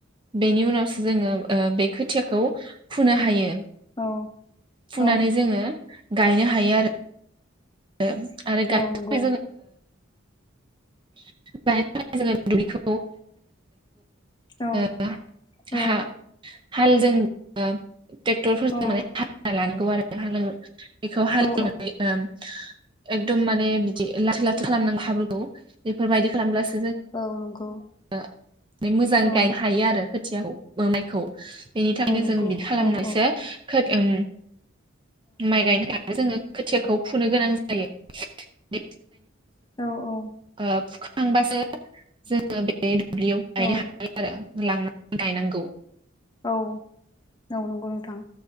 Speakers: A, on the right; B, on the left.
A: बेनि उनावसो जोङो ओ बे खोथियाखौ फुनो हायो।
B: औ
A: फुनानै
B: औ
A: जोङो गायनो हायो आरो। आरो <inaudible>
B: औ नंगौ
A: जोङो ओ <unintelligible>
B: औ
A: ओ
B: औ
A: हा हालजों ओ ट्रेक्टरफोरजों
B: औ
A: माने हालवना लानांगौ आरो हाल बेखौ हालेवनानै
B: औ
A: ओम एकदम माने बिदि लाथो लाथो खालामनांगौ हाब्रुखौ बेफोरबायदि खालामब्लासो
B: औ नंगौ।
A: ओ बे मोजांयै
B: औ
A: गाय हायो आरो खोथियाखौ। बो माइखौ बेनि थाखायनो
B: औ नंगौ
A: जों बिदि खालामनायसो
B: औ औ
A: खो उम माइ गायनो थाखाय जोङो खोथियाखौ फुनो गोनां जायो <inaudible>
B: औ औ
A: <inaudible> फुखांबासो जोङो बे बे दुब्लियाव गायनो
B: औ
A: हागोन आरो लांनानै गायनांगौ।
B: औ नं नंगौ नोंथां।